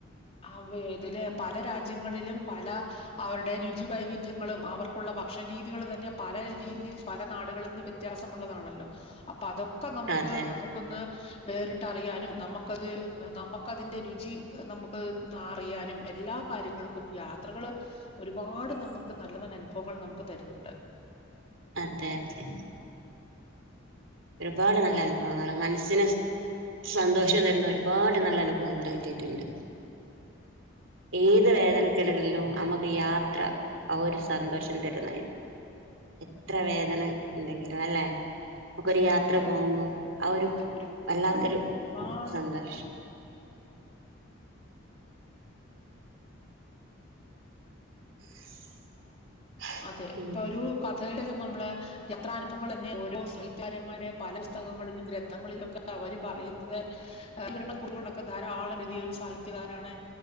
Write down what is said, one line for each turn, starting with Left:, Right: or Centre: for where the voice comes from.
Left: അവ ഇതില് പല രാജ്യങ്ങളിലും പല അവരുടെ രുചി വൈവിധ്യങ്ങളും അവർക്കുള്ള ഭക്ഷണ രീതികള് തന്നെ പല രീതിൽ പല നാടുകളിൽ നിന്ന് വ്യത്യാസമുള്ളതാണല്ലോ അപ്പൊ അതൊക്കെ നമുക്ക്
Right: അതെ
Left: നമുക്കൊന്ന് വേറിട്ട് അറിയാനും നമുക്കത് നമുക്കതിന്റെ രുചി നമു ക്ക് അറിയാനും എല്ലാ കാര്യങ്ങൾക്കും യാത്രകള് ഒരുപാട് നമുക്ക് നല്ല നല്ല അനുഭ വങ്ങൾ നമുക്ക് തരുന്നുണ്ട്
Right: അതെ അതെ ഒരുപാട് നല്ല അനുഭവങ്ങൾ മൻ സിന് സന്തോഷം തരുന്ന ഒരുപാട് നല്ലന ഭവങ്ങള് കിട്ടീട്ടുണ്ട് ഏത് വേദനക്കിടലിലും നമുക്ക് യാത്ര ആ ഒരു സന്തോഷം തരുന്ന എത്ര വേദന ഉണ്ടങ്കിലും അല്ലെ നമുക്ക് ഒരു യാത്ര
Left: അതെ
Right: പോകുമ്പോം ആ ഒരു
Left: അതെ
Right: വല്ലാത്തൊരു
Left: ഒരുപാട്
Right: സന്തോഷം <unintelligible>
Left: അതെ
Right: പിന്നെ
Left: ഇപ്പൊ ഒരു ക ഥയിലന്നെ നമ്മള് എത്രാനുഭവങ്ങൾ ന് ഓരോ സാഹിത്യകാരന്മാരെ പല പുസ്തകങ്ങളിലും ഗ്രന്ഥങ്ങളിലും ഒക്കെ അവര് പറയുന്നത് വിവരണക്കുറിപ്പുകളൊക്കെ ധാരാളം എഴുതിയ ഒരു സാഹിത്യകാരനാണ്